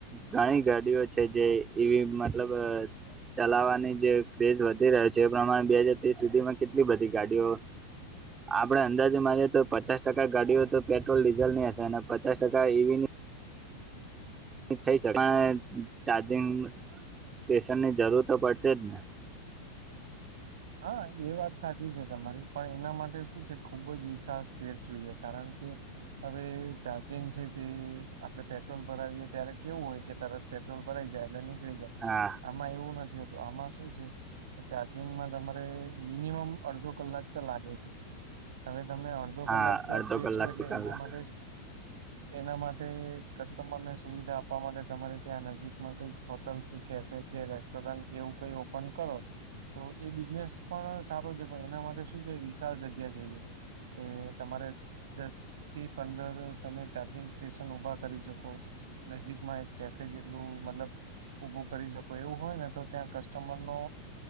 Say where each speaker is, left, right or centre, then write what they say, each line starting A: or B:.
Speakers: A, on the right (about 20°); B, on the right (about 60°).
A: ઘણી ગાડીઓ છે જે એવી મતલબ ચલાવવાની જે ક્રેઝ વધી રહ્યો છે એ પ્રમાણે બે હાજર ત્રીસ સુધીમાં કેટલી બધી ગાડીઓ આપડે અંદાજે માનીએ તો પચાસ ટકા ગાડીઓ તો પે ટ્રોલડીઝલની હશે અને પચાસ ટકા ઈવી ની. થઈ શ પણ ચાર્જિંગ સ્ટેશન ની જરૂર તો પડશે જ ને
B: <unintelligible> હા એ વાત સાચી છે તમારી પણ એના માટે શું છે ખુબ જ વિશાળ સ્પેર જોઈએ કારણ કે હવે ચાર્જિંગ છે તે આપડણે પેટ્રોલ ભરાવીએ ત્યારે કેવું હોય કે તરત પેટ્રોલ ભરા જાય એટલે નીકળી જાય
A: હા.
B: આમાં એવું નથીતું આમાં શુ શું છે કે ચાર્જિંગમાં તમારે મિનિમમ અડધો કલાક તો લાગે છે. હવે તમે અડધો કલાક
A: હા
B: ત્યાં
A: અડધો
B: બેસો
A: કલાક
B: એટલે
A: થી કલાક
B: એના માટે એના માટે કસ્ટમરને સુવિધા આપવા માટે તમારે ત્યાં નજીકમાં કઈક. હોટલ કે કેફે કે રેસ્ટોરન્ટ કેવું કઈ. પણ કરો તો એ બિઝનેસ પણ સારો છે, પણ એના માટે શું છે વિશાળ જગ્યા જોઈએ. કે તમારે દસ થી પંદર તમે ચાર્જિંગ સ્ટેશન ઉભા કરી શકો. નજીકમાં એક કેફે જેટલું મતલબ ઉભું કરી શકો એવું હોય ને તો ત્યાં ક સ્ટમર નો